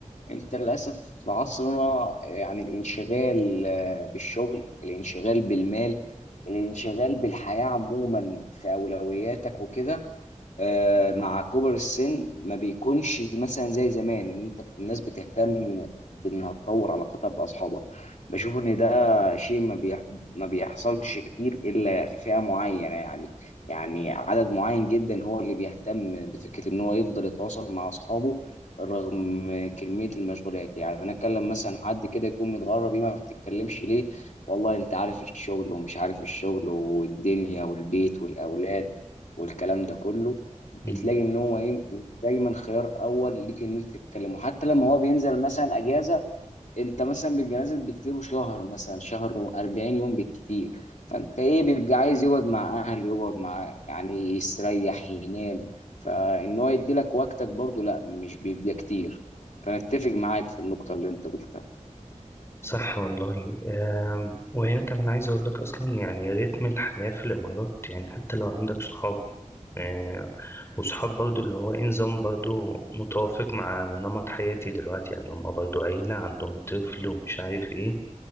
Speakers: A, on the left; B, on the left.
A: انت للاسف في عصرنا يعني الانشغال آه، بالشغل الانشغال بالمال الانشغال بالحياه عموما في اولوياتك وكده آه، مع كبر السن ما بيكونش مثلا زي زمان ان انت الناس بتهتم بانها تطور علاقاتها باصحابها بشوف ان ده شيء ما بيح... ما بيحصلش كتير الا في فئة معينة يعني يعني عدد معين جدا هو اللي بيهتم بفكرة ان هو يفضل يتواصل مع اصحابه رغم كمية المشغولات يعني انا اتكلم مثلا حد كده يكون متغرب ايه ما بتتكلمش ليه والله انت عارف الشغل ومش عارف الشغل والدنيا والبيت والاولاد والكلام ده كله
B: مم.
A: بتلاقي ان هو ايه دايما خيار اول ليك ان انت تتكلم وحتى لما هو بينزل مثلا اجازه انت مثلا بيبقى نازل بكتير وشهر مثلا شهر و40 يوم بالكتير فانت ايه بيبقى عايز يقعد مع اهله يقعد مع يعني يستريح ينام فان هو يدي لك وقتك برضه لا مش بيبقى كتير فانا اتفق معاك في النقطه اللي انت قلتها
B: صح والله آم، وهنا كمان عايز اقول لك اصلا يعني رتم الحياة في الامارات يعني حتى لو عندك صحاب آه، وصحاب برضو اللي هو إيه نظام برضو متوافق مع نمط حياتي دلوقتي يعني هما برضو عيلة عندهم طفل ومش عارف إيه